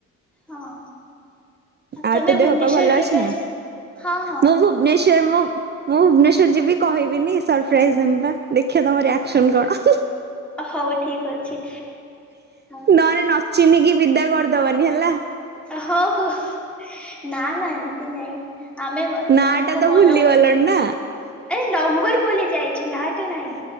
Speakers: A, in the centre; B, on the right.
A: ହଁ।
B: ଆଉ
A: ତମେ
B: ତ ଦେହ
A: ଭୁବନେଶ୍ଵର
B: ପା ଭଲ
A: କେବେ
B: ଅଛି ନା?
A: ଆସି ହଁ ହଁ
B: ମୁଁ ଭୁବନେଶ୍ଵର ମୁଁ ମୁଁ ଭୁବନେଶ୍ୱର ଯିବି କହିବିନି, ସରପ୍ରାଇଜ୍ ଦେମି ପା। ଦେଖିବା ତମ ରିଆକ୍ସନ କଣ?
A: ହଉ ଠିକ ଅଛି। ହଉ
B: ନହେଲେ ନଚିନ୍ହିକି ବିଦା କରିଦବନି ହେଲା।
A: ହଁଉ ନା ନା ଏମିତି ନାଇଁ। ଆମେ
B: ନା
A: ତମକୁ
B: ଟା ତ
A: ମନ,
B: ଭୁଲି ଗଲଣି ନା
A: ଆରେ ନମ୍ବର ଭୁଲି ଯାଇଛି, ନାଁ ଟା ନାହିଁ।